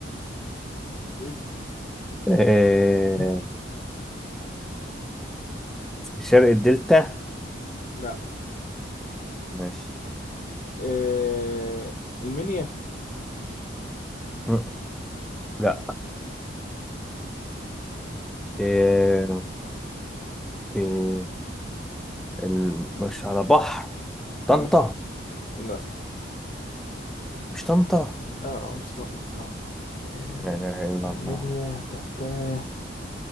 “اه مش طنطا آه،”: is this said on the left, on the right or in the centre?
Left